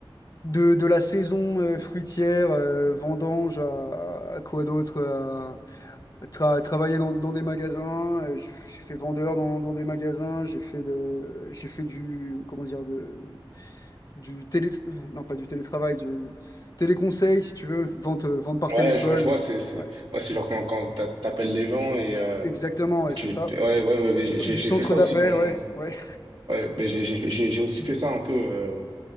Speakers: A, on the left; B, on the right.
A: De, de la saison euh, fruitière, euh, vendange, à, à quoi d'autre? À, à tra- travailler dans, dans des magasins. euh, J'ai j'ai fait vendeur dans, dans des magasins. J'ai fait de, j'ai fait du, comment dire, de, du télé, non pas du télétravail, du téléconseil, si tu veux, vente, euh, vente par téléphone.
B: ouais, je, vois, je vois, c'est c'est-
A: Ouais,
B: ouais, c'est genre quand, quand t'a- t'appelles les gens et, euh,
A: exactement, ouais,
B: et
A: c'est
B: tu...
A: ça.
B: Ouais, ouais, ouais, ouais, j'ai
A: Du
B: j'ai-
A: centre
B: fait ça
A: d'appel,
B: aussi pendant...
A: ouais, ouais.
B: Ouais, bah, j'ai j'ai- j'ai- j'ai aussi fait ça un peu... Euh...